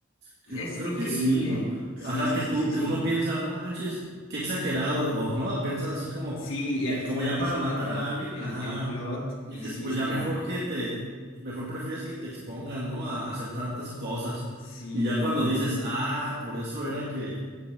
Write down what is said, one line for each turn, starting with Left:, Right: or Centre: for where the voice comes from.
Right: que-
Left: Es
Right: Creo
Left: este increíble.
Right: que sí, ¿no?
Left: Sí,
Right: Ajá,
Left: sí,
Right: que
Left: sí,
Right: tú,
Left: sí, sí.
Right: que uno piensa, no manches, qué exagerado, o no, piensas así como
Left: Sí,
Right: ya,
Left: y al final
Right: como ya
Left: te
Right: para
Left: sueltan
Right: matar
Left: el,
Right: a alguien,
Left: el,
Right: ajá.
Left: el plot y
Right: Y dices,
Left: sí
Right: pues
Left: está.
Right: ya mejor que te, pues mejor prefieres que te expongan, ¿no? A hacer tantas cosas.
Left: Sí,
Right: Y ya
Left: no,
Right: cuando
Left: no,
Right: dices,
Left: no.
Right: ah, por eso era que,